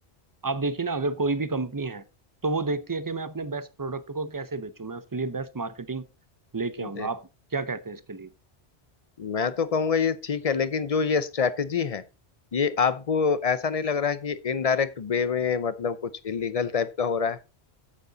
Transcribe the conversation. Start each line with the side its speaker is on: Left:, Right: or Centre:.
Right: आप देखिए ना अगर कोई भी कंपनी है तो वो देखती है कि मैं अपने बेस्ट प्रोडक्ट को कैसे बेचूं मैं उसके लिए बेस्ट मार्केटिंग लेके
Left: जी
Right: आऊंगा आप क्या कहते हैं इसके लिए
Left: मैं तो कहूंगा ये ठीक है लेकिन जो ये स्ट्रैटेजी है ये आपको ऐसा नहीं लग रहा है कि इनडायरेक्ट वे में मतलब कुछ इलीगल टाइप का हो रहा है